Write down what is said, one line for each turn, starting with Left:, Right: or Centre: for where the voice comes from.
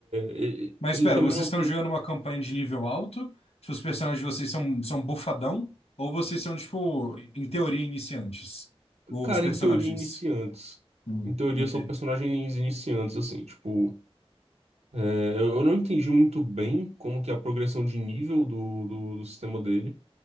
Right: e-
Left: Mas
Right: ele
Left: espera,
Right: também
Left: vocês
Right: não
Left: estão
Right: tem.
Left: jogando uma campanha de nível alto? Tipo, os personagens de vocês são, são bufadão? Ou vocês são, tipo, em teoria, iniciantes? Os
Right: Cara,
Left: personagens.
Right: em teoria, iniciantes.
Left: Hum,
Right: Em teoria,
Left: ok.
Right: são personagens iniciantes, assim, tipo. é, eu, eu não entendi muito bem como que é a progressão de nível do, do, do sistema dele.